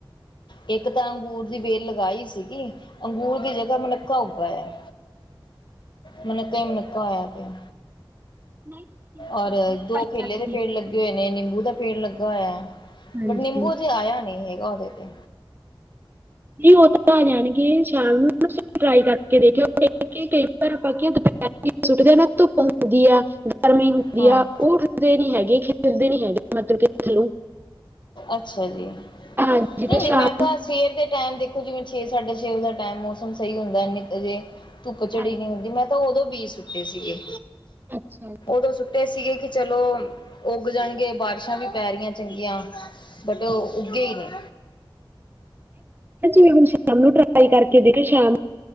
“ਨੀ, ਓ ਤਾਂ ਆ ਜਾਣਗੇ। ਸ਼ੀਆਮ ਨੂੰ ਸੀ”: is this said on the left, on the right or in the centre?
Right